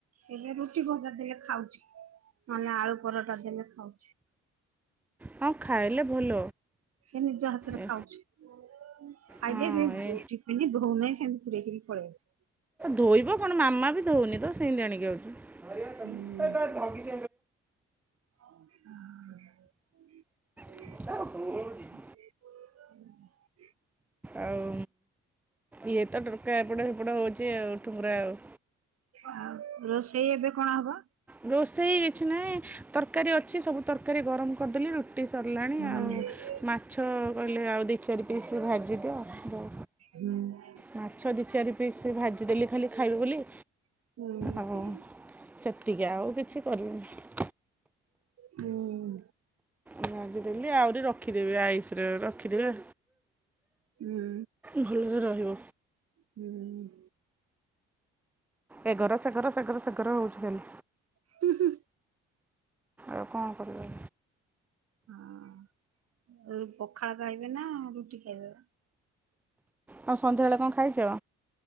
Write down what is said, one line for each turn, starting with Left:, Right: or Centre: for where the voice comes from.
Right: ହେଲେ ରୁଟି ଭଜା ଦେଲେ ଖାଉଛି। ନହେଲେ ଆଳୁ ପରଟା ଦେଲେ ଖାଉଛି।
Centre: ହଁ ଖାଇଲେ ଭଲ
Right: ଏ ନିଜ ହାତରେ
Centre: ଏ
Right: ଖାଉଛି। ଖାଇଦିଏ
Centre: ହଁ
Right: ସେ ଟିଫିନ୍
Centre: ଏ
Right: ଧଉନାହିଁ ସେମିତି ପୁରେଇକୀରି ପଳେଇଆଉଛି।
Centre: ଧୋଇବ କଣ ମାମା ବି ଧଉନି ତ ସେମିତି ଆଣିକି ଆଉଚି।
Right: ହୁଁ <inaudible>
Centre: <unintelligible>
Right: <inaudible>
Centre: ଆଉ ଇଏ ତ ଟୋକା ଏପଟ ହେପଟ ହୋଉଛି ଆଉ ଠୁଙ୍ଗରା ଆଉ।
Right: ଆଉ ରୋଷେଇ ଏବେ କଣ ହବ?
Centre: ରୋଷେଇ କିଛି ନାହିଁ ତରକାରୀ ଅଛି ସବୁ ତରକାରୀ ଗରମ କରିଦେଲି ରୁଟି ସରିଲାଣି
Right: ହୁଁ
Centre: ଆଉ। ମାଛ କହିଲେ ଆଉ ଦିଇ ଚାରି ପିସ୍ ଭାଜି ଦିଅ ତ
Right: ହୁଁ।
Centre: ମାଛ ଦି ଚାରି ପିସ୍ ଭାଜିଦେଲି ଖାଲି ଖାଇବେ ବୋଲି।
Right: ହୁଁ।
Centre: ଆଉ ସେତିକି ଆଉ କିଛି କରିନି।
Right: ହୁଁ
Centre: ଭାଜି ଦେଲି ଆହୁରି ରଖିଦେବି ଆଇସିରେ ରଖିଦେବି।
Right: ହୁଁ
Centre: ଭଲରେ ରହିବ
Right: ହୁଁ।
Centre: ଏଗର ଶେଗର ଶେଗର ଶେଗର ହୋଉଚି କାଲି।
Right: ହୁ ହୁ।
Centre: ଆଉ କଣ କରିବା?
Right: ଆଁ ରୁ ପଖାଳ ଖାଇବେ ନା ରୁଟି ଖାଇବେ।
Centre: ଆଉ ସନ୍ଧ୍ୟାରେ କଣ ଖାଇଚ।